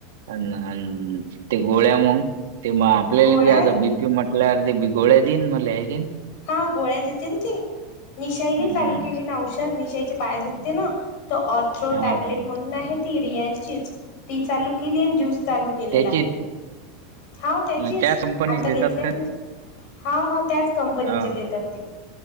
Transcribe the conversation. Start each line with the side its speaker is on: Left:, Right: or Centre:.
Right: आण आण ते गोळ्या मग तेव्हा आपल्याला
Left: गोळ्या
Right: बी आता बीपी म्हटल्या वरती बी गोळ्या देईन मला हे घे
Left: हा, गोळ्या देते. ते निशाईली
Right: हम्म
Left: चालू केली ना, औषर निशाईचे पाय दुख ते तर ऑर्थ्रो
Right: हा
Left: टॅबलेट
Right: हा
Left: म्हणून आहे ती रियांशिच ती चालू केली ज्यूस चालू केलेला
Right: त्याची
Left: आहे हाव त्याचीच
Right: मग त्याच कंपनीच
Left: आता
Right: देतात
Left: घेतल्या
Right: का
Left: मी. हा हा त्याच कंपनीचे
Right: हा
Left: देत्यात ते